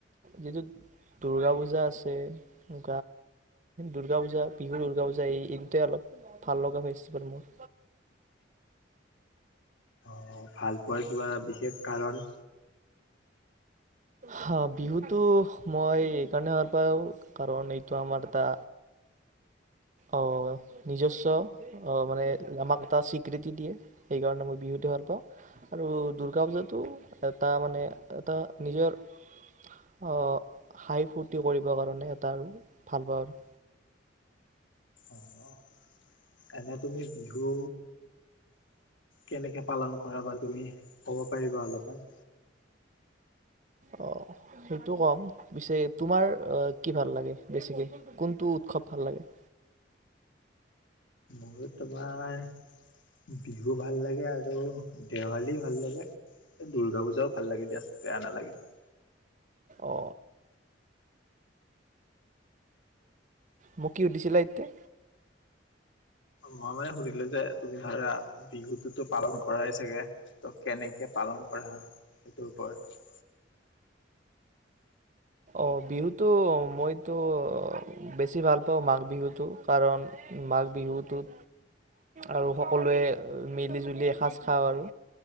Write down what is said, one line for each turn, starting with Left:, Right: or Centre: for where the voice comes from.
Right: যিটো দুৰ্গা পূজা আছেই। দুূৰ্গা পূজা, বিহু, দুৰ্গা পূজা এই দুটাই অলপ ভাল লগা ফেষ্টিভেল মোৰ।
Left: অহ ', ভাল পোৱাৰ কিবা বিশেষ কাৰণ?
Right: হহ ', বিহুতো মই এই কাৰণে ভাল পাওঁ, কাৰণ এইটো আমাৰ এটা অহ ', নিজস্ব অহ ', মানে আমাক এটা স্বীকৃতি দিয়ে সেইকাৰণে মই বিহুটো ভাল পাওঁ। আৰু দুূৰ্গা পূজাটো এটা মানে এটা নিজৰ হাঁহি ফূৰ্তি কৰিবৰ কাৰণে এটা আৰু ভাল পাওঁ। আৰু
Left: অ', এনে তুমি বিহু কেনেকে পালন কৰা বা তুমি ক'ব পাৰিবা অলপমান?
Right: অ', সেইটো ক'ম। পিছে তোমাৰ কি ভাল লাগে বেছিকে কোনটো উৎসৱ ভাল লাগে?
Left: <unintelligible> আমাৰ বিহু ভাল লাগে আৰু সেবা দেৱালী দি ভাল লাগে দুৰ্গা পূজা। ভাল লাগে দিয়া। বেয়া নালাগে।
Right: অ মোক কি সুধিছিলা এতিয়া
Left: মা মানে শুধিলে যে তুমি ধৰা বিহুতটোতো পালন কৰাই চাগে ত কেনেকে পালন কৰা সেইটোৰ ওপৰত
Right: অ বিহুতো মইতো বেছি ভাল পাওঁ মাঘ বিহুতটো কাৰণ মাঘ বিহুটোত আৰু সকলোৱে মিলি জুলি এসাজ খাওঁ আৰু